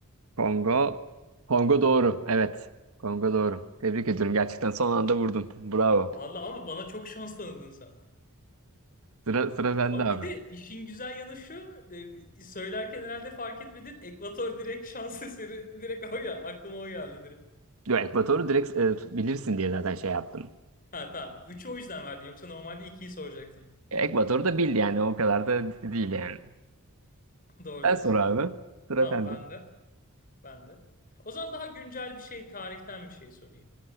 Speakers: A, on the right; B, on the left.
A: Kongo. Kongo doğru. Evet. Kongo doğru.
B: Tamam.
A: Tebrik ediyorum. Gerçekten son anda vurdun. Bravo.
B: Vallahi ama bana çok şans tanıdın sen.
A: Sıra, sıra bende
B: Ama
A: abi.
B: bir de işin güzel yanı şu, e, söylerken herhalde fark etmedin. Ekvator direkt şans eseri direkt o ya aklıma o geldi direkt.
A: Yo, Ekvador'u direkt e, bilirsin diye zaten şey yaptım.
B: Ha tamam. 3'ü o yüzden verdin yoksa normalde ikiyi soracaktın.
A: Ekvador'u da bil yani. O kadar da değil yani.
B: <laughs> Doğru
A: Sen
B: diyorsun
A: sor abi.
B: aynen.
A: Sıra
B: Tamam
A: sende.
B: ben de. Ben de. O zaman daha güncel bir şey, tarihten bir şey sorayım.